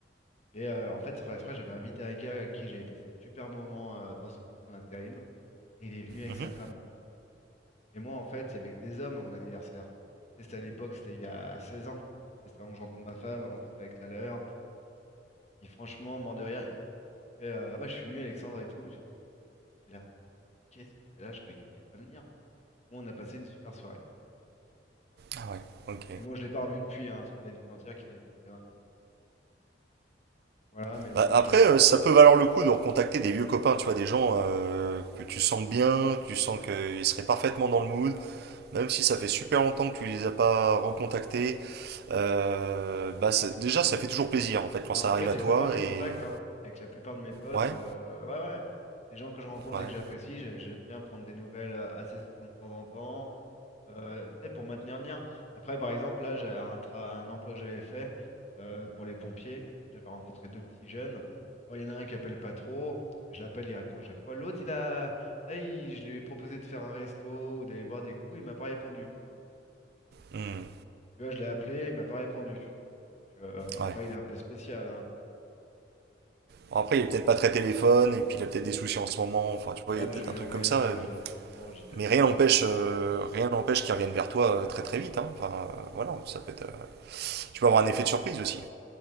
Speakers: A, on the left; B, on the right.
A: Et euh, en fait, sans faire exprès, j'avais invité un gars à qui j'avais passé de super moments euh, dans une mission d'intérim. Et il est venu avec
B: mhm.
A: sa femme. Et moi, en fait, il y avait que des hommes à mon anniversaire. Et C'était à l'époque, c'était il y a 16 ans. C'était avant que je rencontre ma femme, avant qu'il soit avec la leur. Et franchement, mort de rire, il fait euh, Ah bah, je suis venu, Alexandre et tout. J'ai fait Il est là. Qu'est-ce qu'il fait là? Je croyais qu'il allait pas venir. Bon, on a passé une super soirée.
B: Ah ouais. Ok.
A: Mais bon, je l'ai pas revu depuis, hein, parce qu'il a dû sentir qu'il avait fait une connerie. Voilà, mais
B: Bah,
A: moi,
B: après,
A: je l'ai.
B: euh, ça peut valoir le coup de recontacter des vieux copains, tu vois, des gens euh, que tu sens bien, tu sens qu'ils seraient parfaitement dans le mood, même si ça fait super longtemps que tu les as pas recontactés. Euh, bah, c'est- déjà, ça fait toujours plaisir en fait quand
A: Bah,
B: ça
A: en fait,
B: arrive à
A: j'ai
B: toi
A: pas perdu
B: et
A: contact hein, avec la plupart de mes potes.
B: Ouais,
A: euh, ouais, ouais. Les gens que je rencontre
B: ouais.
A: et que j'apprécie, j'ai- j'aime bien prendre des nouvelles euh, assez souvent de temps en temps. Euh, tu sais, pour maintenir le lien. Après, par exemple, là, j'ai un, tra- un emploi que j'avais fait euh, pour les pompiers. J'avais rencontré deux petits jeunes. Bon, il y en a un qui appelle pas trop. Je l'appelle, il répond à chaque fois. L'autre, il a... Là, il- je lui ai proposé de faire un resto ou d'aller boire des coups. Il m'a pas répondu, tu vois.
B: Hmm,
A: Tu vois, je l'ai appelé, il m'a pas répondu. Donc, euh,
B: ouais.
A: après, il est un peu spécial, hein, mais...
B: Bon, après, il est peut-être pas très téléphone, et puis il a peut-être des soucis en ce moment, enfin, tu vois,
A: Ouais,
B: il y a
A: mais
B: peut-être
A: je vais
B: un
A: lui
B: truc
A: envoyer
B: comme
A: un
B: ça.
A: message,
B: euh.
A: là, justement, j'y
B: Mais
A: j'y
B: rien
A: pense.
B: n'empêche, euh, rien n'empêche qu'il revienne vers toi euh, très très vite, hein. Enfin, euh, voilà, ça peut être... euh, Tu peux avoir un effet de surprise aussi.